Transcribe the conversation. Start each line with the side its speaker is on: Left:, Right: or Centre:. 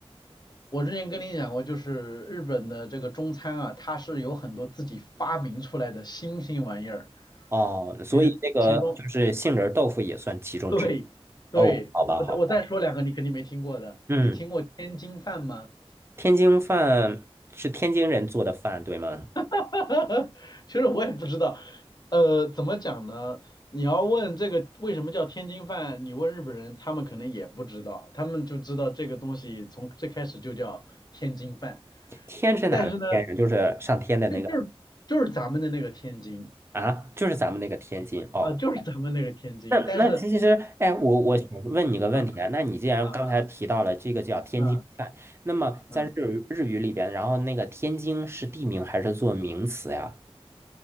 Left: 我之前跟你讲过，就是日本的这个中餐啊，它是有很多自己发明出来的新兴玩意儿，
Right: 哦，所以这个就是杏仁豆腐也算其中之一。
Left: 就是其中，对对，
Right: 哦，好吧，
Left: 我再我再说两个你肯定没听过的，
Right: 好吧，嗯，
Left: 你听过天津饭吗？
Right: 天津饭是天津人做的饭，对吗？
Left: <laughs> 其实我也不知道，呃，怎么讲呢？你要问这个为什么叫天津饭，你问日本人，他们可能也不知道，他们就知道这个东西从最开始就叫天津饭，
Right: 天是哪个天呀？
Left: 但是呢，
Right: 就是上天的那个。
Left: 就就是就是咱们的那个天津。
Right: 啊，就是咱们那个天津哦。
Left: 啊，就是咱们那个天津，
Right: 那那其实，
Left: 但是，
Right: 哎，我我想问你个问题啊。
Left: 啊
Right: 那你既然刚才提到了这个叫天津菜，
Left: 啊啊啊
Right: 那么在日日语里边，
Left: 嗯，
Right: 然后那个天津是地名还是做名词呀？